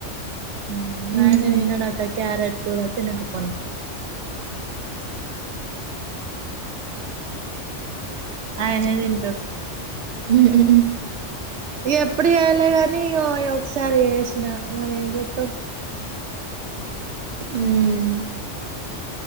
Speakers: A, on the right; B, on the right.
A: ఊ నయినా
B: ఉహు
A: దినడట క్యారెట్. <unintelligible> తినకపోనీ. ఆయనే దింటాడు.
B: ఉమ్మ్
A: ఇగెప్పుడు చేయలే గానీ ఇగ <unintelligible> ఒకసారి ఏసినా మరెంజెత్తం.
B: హ్మ్.